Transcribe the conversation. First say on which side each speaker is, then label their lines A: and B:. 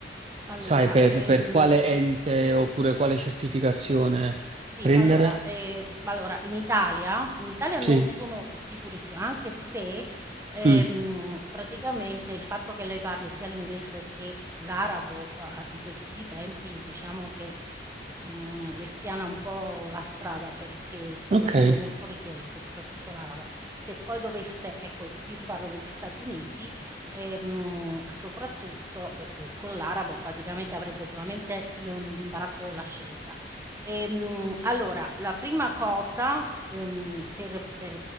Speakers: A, on the right; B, on the right.
A: sai,
B: Allora,
A: per,
B: ehm
A: per quale ente oppure quale certificazione
B: Sì,
A: prendere?
B: allora, ehm, allora in Italia in Italia non
A: Sì.
B: sono sicurissima, anche se, ehm,
A: Mm,
B: praticamente il fatto che lei parli sia l'inglese che l'arabo a a di questi tempi diciamo che, mhmm, le spiana un po' la strada perché sono
A: Ok.
B: lingue
A: Eh,
B: molto richieste, soprattutto l'arabo. Se poi dovesse ecco, io ti parlo degli Stati Uniti, ehm, soprattutto, uhm, l con l'arabo praticamente avrebbe solamente l mhmm, l'imbarazzo della scelta. Ehm, allora, la prima cosa, ehm, per per